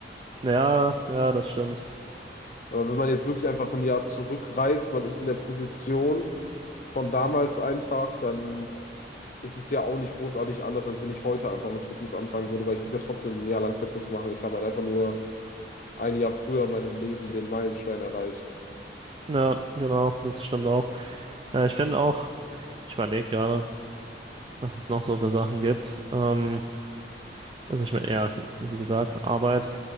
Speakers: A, on the right; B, on the left.
A: ja, ja, das stimmt.
B: Aber wenn man jetzt wirklich einfach ein Jahr zurückreist, man ist in der Position von damals einfach, dann ist es ja auch nicht großartig anders, als wenn ich heute einfach mit Fitness anfangen würde, weil ich muss ja trotzdem ein Jahr lang Fitness machen. Ich habe halt einfach nur ein Jahr früher in meinem Leben den Meilenstein erreicht.
A: Ja, genau, das stimmt auch. Äh, ich finde auch, ich überlege gerade, was es noch so für Sachen gibt. Ähm, also ich meine, ja, wie gesagt, Arbeit